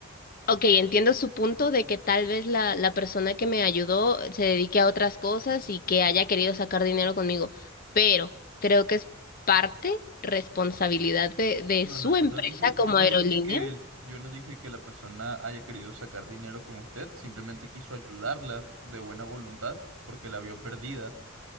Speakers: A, on the left; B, on the right.
A: ok, entiendo su punto de que tal vez la, la persona que me ayudó se dedique a otras cosas y que haya querido sacar dinero conmigo, pero creo que es parte responsabilidad de, de
B: No,
A: su
B: no, yo
A: empresa
B: no dije,
A: como
B: yo no
A: aerolínea.
B: dije que el- yo no dije que la persona haya querido sacar dinero con usted, simplemente quiso ayudarla de buena voluntad porque la vio perdida